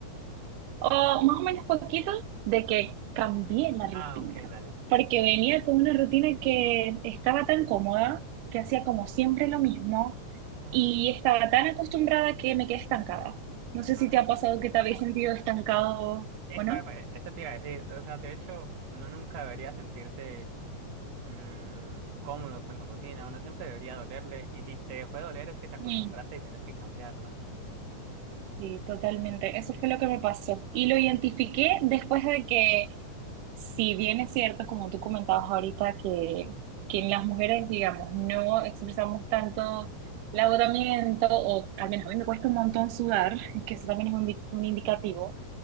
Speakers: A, on the right (about 85°); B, on the right (about 60°).
A: O más o menos poquito de que cambié la rutina.
B: Ah, ok, dale.
A: Porque venía con una rutina que estaba tan cómoda, que hacía como siempre lo mismo,
B: Ah,
A: y
B: sí.
A: estaba tan acostumbrada que me quedé estancada. No sé
B: Ah,
A: si te ha pasado
B: sí, sí.
A: que te habéis
B: Ah,
A: sentido estancado
B: epa,
A: o no.
B: epa, esto te iba a decir. O sea, de hecho, uno nunca debería sentirse mm, cómodo con la rutina. Uno siempre debería dolerle. Y si te dejó de doler es que te acostumbraste
A: Mm.
B: y tenés que cambiarla.
A: Sí, totalmente. Eso fue lo que me pasó. Y lo identifiqué después de que, si bien es cierto, como tú comentabas ahorita, que, que en las mujeres, digamos, no expresamos tanto el agotamiento, o al menos a mí me cuesta un montón sudar, <laughs> que eso también es un, di- un indicativo.